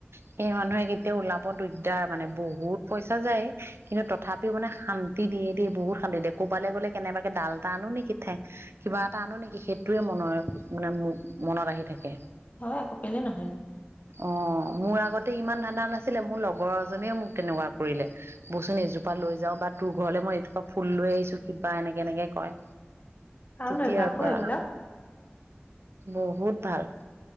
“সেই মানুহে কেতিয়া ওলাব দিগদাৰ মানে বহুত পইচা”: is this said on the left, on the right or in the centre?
Right